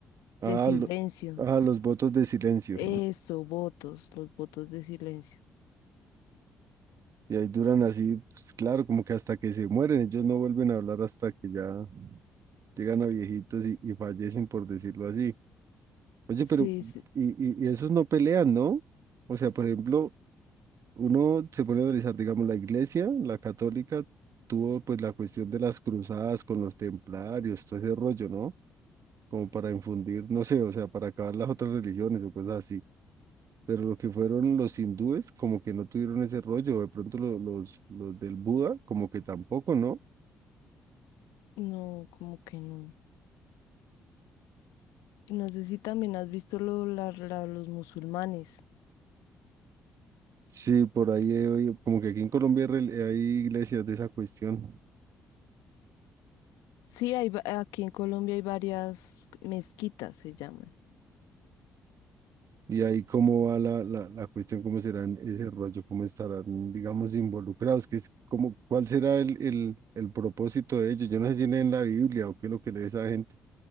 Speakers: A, on the right; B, on the left.
A: A,
B: de silencio.
A: lo- a los votos de silencio.
B: Eso, votos, los votos de silencio.
A: Y ahí duran así, pues, claro, como que hasta que se mueren, ellos no vuelven a hablar hasta que ya llegan a viejitos y, y fallecen, por decirlo así. Oye,
B: Sí,
A: pero
B: sí,
A: y, y- y esos no pelean, ¿no? O sea, por ejemplo, uno se pone a analizar, digamos, la iglesia, la católica, tuvo pues la cuestión de las cruzadas con los templarios, todo ese rollo, ¿no? Como para infundir, no sé, o sea, para acabar las otras religiones o cosas así. Pero lo que fueron los hindúes, como que no tuvieron ese rollo, o de pronto lo- los, los del Buda, como que tampoco, ¿no?
B: no, como que no. No sé si también has visto lo, la- la- los musulmanes.
A: Sí, por ahí, he oído, como que aquí en Colombia hay rel- hay iglesias de esa cuestión.
B: Sí, hay, va- aquí en Colombia hay varias mezquitas, se llaman.
A: Y ahí cómo va la, la, la cuestión, cómo serán ese rollo, cómo estarán, digamos, involucrados, que es como, cuál será el, el, el propósito de ellos. Yo no sé si leen la Biblia o qué es lo que lee esa gente,